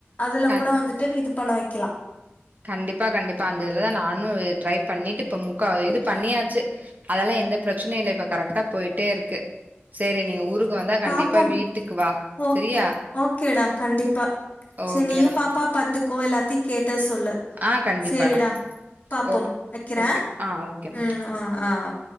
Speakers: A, on the left; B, on the right.
A: அதுல
B: கண்
A: கூட வந்துட்டு இது பண்ண வைக்கிலா
B: கண்டிப்பா கண்டிப்பா அந்த இதுலதா நானு ட்ரை பண்ணிட்டு இப்ப முக்கா இது பண்ணியாச்சி அதெல்லா எந்த பிரச்சனையு இல்ல இப்ப கரெக்டா போயிட்டே இருக்கு சரி நீ ஊருக்கு வந்தா கண்டிப்பா
A: பாப்போம்
B: வீட்டுக்கு வா
A: ஒகே
B: சரியா
A: ஓகேடா கண்டிப்பா செரி
B: ஓகேடா
A: நீயும் பாப்பா பாத்துக்கோ எல்லாத்தை கேட்ட சொல்லு
B: ஆ கண்டிப்பாடா
A: செரிடா பாப்போம்
B: ஓ
A: வெக்கிற
B: ஓகே ஆ ஓகேம்மா
A: உம் ஆஹ ஆஹ்